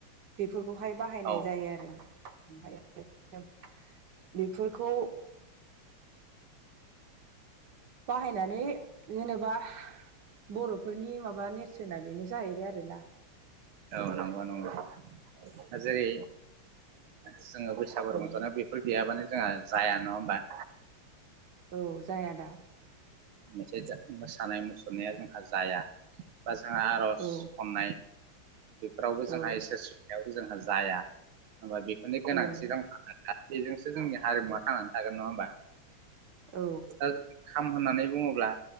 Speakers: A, on the right; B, on the right.
A: बेफोरखौहाय बाहायनाय
B: औ
A: जायो आरो ओमफायो बेफोरखौ बाहायनानै जेनेबा बर'फोरनि माबा नेरसोना बेनो जाहैबाय आरो
B: औ नंगौ नंगौ दा जेरै जोङो बैस
A: औ
B: सागु रंसानायाव बेफोर गैयाबानो जोंहा जाया नङा होमबा।
A: औ जायादा।
B: मेथाइजों मोसानाय मुसुरनाया जोंहा जाया बा जोंहा आर'ज
A: औ
B: खन्नाय बेफोरावबो जोंहा
A: औ
B: इसोर सावबो जोंहा जाया होमबा बेफोरनि गोनांथि
A: ओं
B: जों बेजोंसो जोंनि हारिमुवा थांनानै थागोन नङा होमबा।
A: औ
B: दा खाम होननानै बुङोब्ला